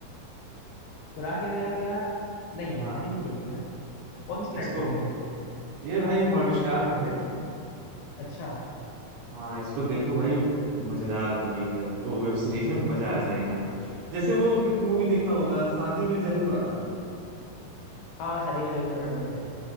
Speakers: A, on the left; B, on the right.
A: खुराक है मेरा प्यार नहीं यार
B: हाँ
A: मैंने नहीं देखी यार कौन से प्लेटफॉर्म
B: इसको
A: पे है ये?
B: ये भाई हॉट स्टार पे है
A: अच्छा अच्छा
B: हाँ इसको देखो भाई मजेदार मूवी है वो वेब सीरीज है मजा आ जाएगा जैसे वो मूवी देखा होगा शादी में जरूर आना
A: हाँ हाँ, शादी में जरूर आना देखा है